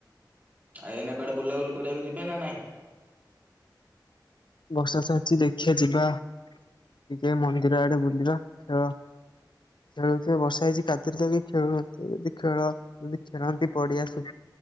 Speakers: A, on the right; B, on the left.
A: ଆଉ ଏଇନା କୁଆଡେ ବୁଲା ବୁଲି କରିବାକୁ ଯିବେ ନା ନାଇଁ।
B: ବର୍ଷା ଛାଡିଛି ଦେଖିବା ଯିବା ଟିକେ ମନ୍ଦିର ଆଡେ ବୁଲିବା ଖେଳ। ଖେଳୁଥିବେ ବର୍ଷା ହେଇଛି କାଦୁଅ ରେ ତ କେହି ଖେଳୁ ନଥିବେ ଯଦି ଖେଳ। ଯଦି ଖେଳନ୍ତି ପଡିଆ ଶୁ